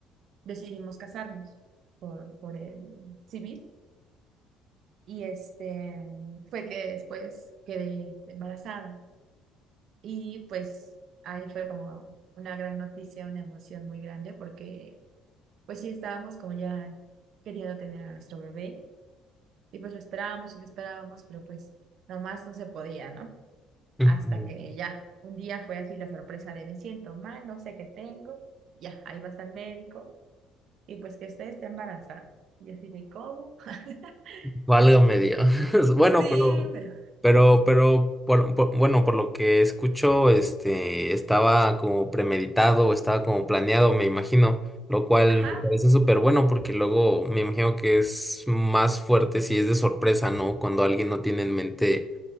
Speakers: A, on the right; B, in the centre.
A: decidimos casarnos por, por el civil. Y este fue que después quedé embarazada. Y pues ahí fue como una gran noticia, una emoción muy grande porque pues sí, estábamos como ya queriendo tener a nuestro bebé y pues lo esperábamos y lo esperábamos, pero pues nomás no se podía, ¿no?
B: Ujú.
A: Hasta que ya, un día fue así la sorpresa de me siento mal, no sé qué tengo, ya, ahí vas al médico y pues que usted esté embarazada. Y yo así de cómo. <laughs>
B: Válgame Dios. <laughs> Bueno,
A: Sí,
B: pero,
A: pero,
B: pero, pero, por- por- bueno, por lo que escucho, este, estaba como premeditado, estaba como planeado, me imagino, lo cual
A: ajá,
B: me parece súper bueno porque luego me imagino que es más fuerte si es de sorpresa, ¿no? Cuando alguien no tiene en mente